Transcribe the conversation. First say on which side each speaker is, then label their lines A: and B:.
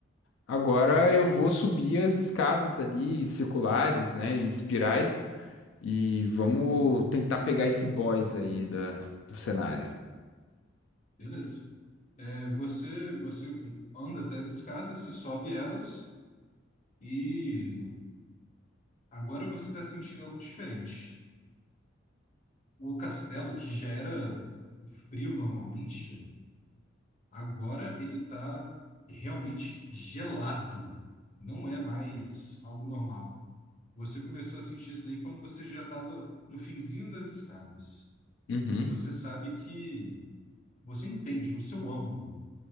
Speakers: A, on the left (about 70°); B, on the left (about 40°).
A: agora eu vou subir as escadas ali, circulares, né, em espirais, e vamos tentar pegar esse boss aí da, do cenário.
B: Beleza. É, você, você anda até as escadas, você sobe elas, E agora você está sentindo algo diferente. O castelo, que já era frio normalmente, agora ele está realmente gelado. Não é mais algo normal. Você começou a sentir isso daí quando você já estava no finzinho das escadas.
A: Uhum,
B: Você sabe que você entende no seu âmago